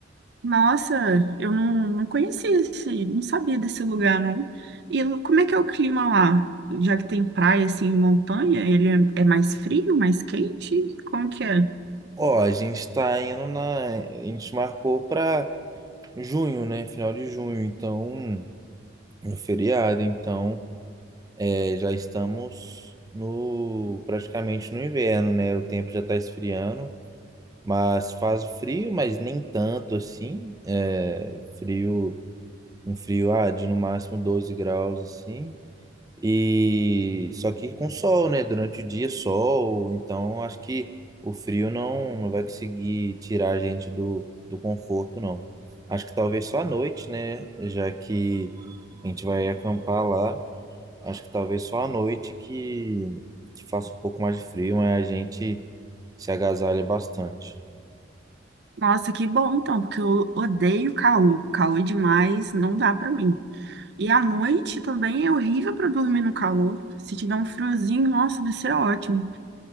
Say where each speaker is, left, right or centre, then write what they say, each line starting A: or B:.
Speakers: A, on the right; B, on the right.
A: Nossa, eu não, não conhecia esse, não sabia desse lugar, não. E l- como é que é o clima lá? Já que tem praia, assim, montanha, ele é, é mais frio, mais quente? Como que é?
B: Ó, a gente está indo na, a gente marcou para junho, né? Final de junho, então no feriado, então é, já estamos no praticamente no inverno, né? O tempo já está esfriando. Mas faz frio, mas nem tanto assim. É frio, um frio, ah, de no máximo 12 graus assim. E só que com sol, né? Durante o dia, sol. Então acho que o frio não, não vai conseguir tirar a gente do, do conforto, não. Acho que talvez só à noite, né? Já que a gente vai acampar lá. Acho que talvez só à noite que, que faça um pouco mais de frio, mas a gente se agasalha bastante.
A: Nossa, que bom, então, porque eu odeio calor. Calor demais, não dá pra mim. E à noite também é horrível para dormir no calor. Se tiver um friozinho, nossa, vai ser ótimo.